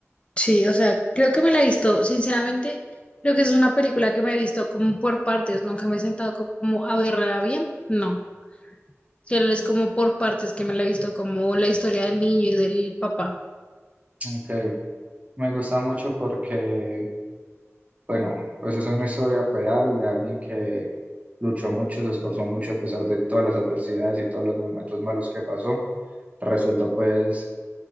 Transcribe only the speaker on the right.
Ok, me gusta mucho porque, bueno, pues es una historia real de alguien que luchó mucho, se esforzó mucho a pesar de todas las adversidades y todos los momentos malos que pasó. Resultó pues